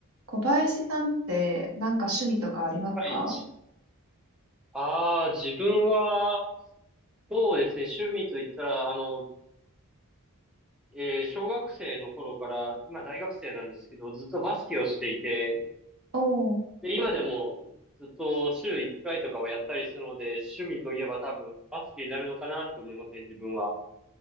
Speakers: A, on the right (about 65°); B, in the centre.
A: 小林さんってなんか趣味とかありますか
B: はい。ああ、自分は、そうですね、趣味と言ったら、あの、えー小学生の頃から、今大学生なんですけど、ずっとバスケをしていて、
A: おおー。
B: で、今でもずっと週1回とかはやったりするので、趣味といえば多分バスケになるのかなって思いますね、自分は。